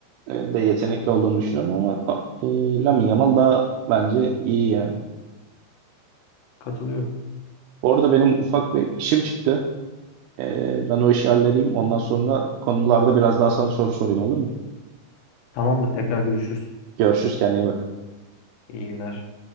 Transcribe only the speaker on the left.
Katılıyorum.
Tamamdır, tekrar görüşürüz.
İyi günler.